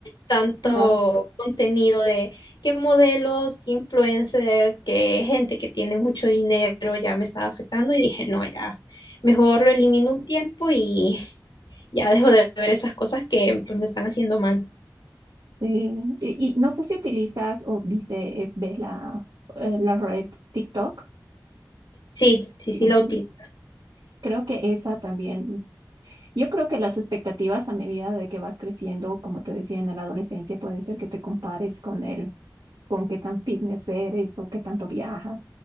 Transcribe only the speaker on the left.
tanto
contenido de qué modelos, qué influencers, qué gente que tiene mucho dinero, ya me estaba afectando y dije, no, ya, mejor lo elimino un tiempo y ya dejo de ver esas cosas que pues, me están haciendo mal.
Sí, sí,
sí
la utilizo.